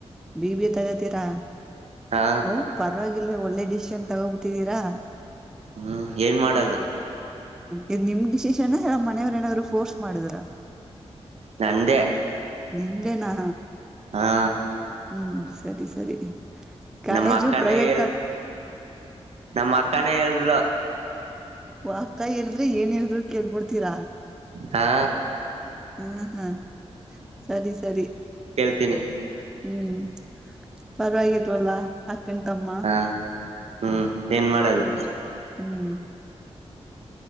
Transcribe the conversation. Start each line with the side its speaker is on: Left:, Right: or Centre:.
Centre: B B ತಗತೀರಾ
Right: ಹಾ
Centre: ಓಹ್ ಪರವಾಗಿಲ್ ಒಳ್ಳೆ ಡಿಶಷನ್ ತಗೋಬಟ್ಟಿದೀರಾ
Right: ಹ್ಮ್ ಏನ್ ಮಾಡದ
Centre: ಇ ನಿಮ್ ಡಿಸಿಷನ್ಲ್ಲ ಮನೆಯವ್ರ ಏನಾದ್ರುಫೋಸ್ ಮಾಡಿದ್ರ
Right: ನಂದೇ
Centre: ನಿಂದೇನಾ
Right: ಹಾ
Centre: ಹ್ಮ್ ಸರಿ ಸರಿ ಕಾಲೇಜು
Right: ನಮ್ಮ ಅಕ್ಕನೇ
Centre: ಪ್ರೈವೇಟ್
Right: ಹೇಳ್
Centre: ಕ
Right: ನಮ್ಮ ಅಕ್ಕಾನೇ ಹೇಳಿದ್ಲು
Centre: ಅಕ್ಕ ಹೇಳಿದ್ರೆ ಏನ್ ಹೇಳಿದ್ರು ಕೇಳ್ಬಿಡ್ತೀರಾ
Right: ಹಾ
Centre: ಹ್ಮ್ ಹ್ಮ್ ಸರಿ ಸರಿ
Right: ತಿನಿ
Centre: ಹ್ಮ್ ಪರವಾಗಿರ್ವಲ್ಲಾ ಅಕ್ಕನ ತಮ್ಮ
Right: ಹಾ ಹ್ಮ್ ಏನ್ ಮಾಡದು
Centre: ಹ್ಮ್